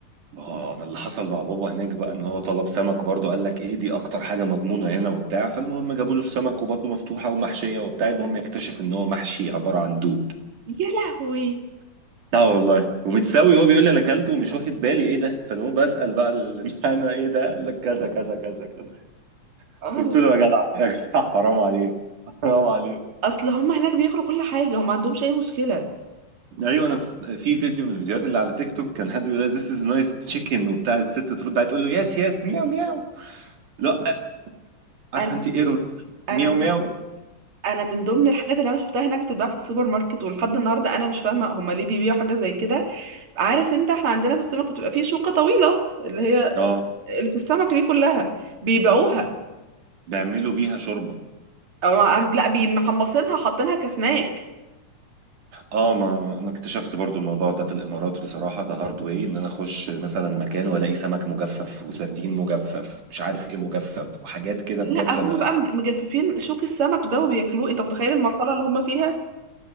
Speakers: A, on the right (about 80°); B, on the right (about 45°).
A: اه انا اللي حصل مع بابا هناك بقى ان هو طلب سمك برضه قال لك ايه دي اكتر حاجه مضمونه هنا وبتاع فالمهم جابوا له السمك وبطنه مفتوحه ومحشيه وبتاع المهم يكتشف ان هو محشي عباره عن دود
B: يا لهوي
A: اه والله ومتساوي هو بيقول لي انا اكلته ومش واخد بالي ايه ده فالمهم بسال بقى اللي معانا ايه ده قال لك كذا كذا كذا كذا
B: آه،
A: قلت له يا جدع يا جدع حرام عليك حرام عليك
B: اصل هم هناك بياكلوا كل حاجه وما عندهمش اي مشكله
A: ايوه انا في في فيديو من الفيديوهات اللي على تيك توك كان حد بيقول لها this is nice chicken وبتاع الست ترد عليه تقول له يس يس مياو مياو لا عارفه
B: انا
A: انت ايرور
B: انا
A: مياو
B: من-
A: مياو
B: انا من ضمن الحاجات اللي انا شفتها هناك بتتباع في السوبر ماركت ولحد النهارده انا مش فاهمه هما ليه بيبيعوا حاجه زي كده عارف انت احنا عندنا في السمك بتبقى فيه شوكه طويله اللي هي
A: اه
B: اللي في السمك دي كلها بيبيعوها
A: بيعملوا بيها شوربه
B: أو عن- لا بيمحمصينها حاطينها كسناك
A: اه ما انا اكتشفت برضو الموضوع ده في الامارات بصراحه ده هارد واي ان انا اخش مثلا مكان والاقي سمك مجفف وسردين مجفف مش عارف ايه مجفف وحاجات كده بجد
B: لا هما
A: انا
B: بقى مج- مجففين شوك السمك ده وبياكلوه انت متخيل المرحله اللي هما فيها